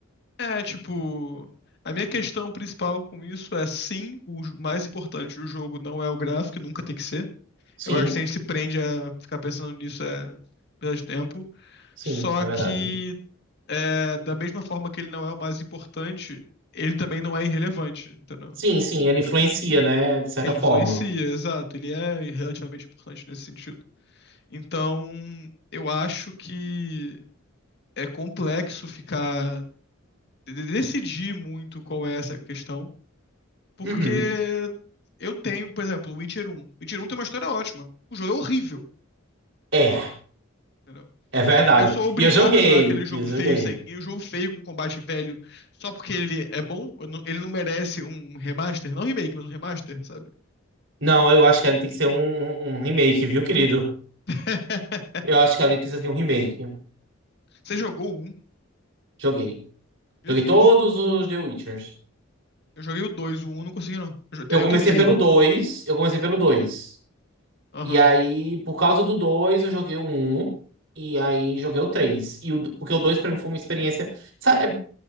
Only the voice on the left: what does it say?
É, tipo, a minha questão principal com isso é sim, o j- mais importante do jogo não é o gráfico, nunca tem que ser.
Eu acho que se a gente se prende a ficar pensando nisso é perda de tempo.
Só
que é, da mesma forma que ele não é o mais importante, ele também não é irrelevante, entendeu?
Ele
influencia, exato, ele é relativamente importante nesse sentido. Então, eu acho que é complexo ficar de- de- decidir muito qual é essa questão. Porque
eu tenho, por exemplo, Witcher um. Witcher um tem uma história ótima. O jogo é horrível.
entendeu?
Eu sou obrigado
a jogar aquele jogo
feio sem, e o jogo feio com combate velho só porque ele é bom, eu não- ele não merece um remaster, não remake, mas um remaster, sabe?
<laughs>
Você jogou o 1?
Jesus.
Eu joguei o 2, o um não consegui não. Eu, jo-
eu
tentei.
Aham,